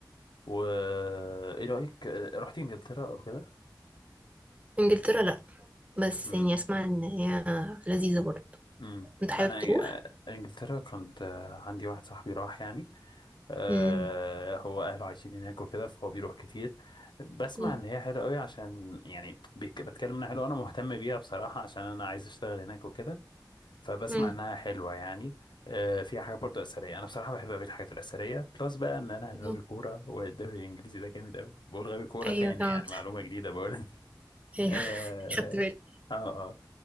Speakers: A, on the left; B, on the right.
A: و ايه رايك آه، رحت انجلترا او كده
B: انجلترا لا بس
A: امم
B: يعني اسمع ان هي لذيذة برضه
A: امم
B: انت حابب
A: انا
B: تروح؟
A: آه، انجلترا كنت آه، عندي واحد صاحبي راح يعني آه،
B: مم.
A: هو اهله عايشين هناك وكده فهو بيروح كتير بسمع
B: مم.
A: ان هي حلوه قوي عشان يعني بيك- بتكلم انها حلوه انا مهتم بيها بصراحه عشان انا عايز اشتغل هناك وكده فبسمع
B: مم.
A: انها حلوه يعني آه، فيها حاجه برضو اثريه انا بصراحه بحب قوي الحاجات الاثريه بلس بقى ان انا
B: مم.
A: غاوي كوره والدوري الانجليزي ده جامد قوي بقول غاوي كوره
B: ايوه
A: تاني
B: طبعا
A: يعني معلومه جديده بقول <laughs>
B: ايوه
A: اه
B: <laughs> خدت بالي
A: اه,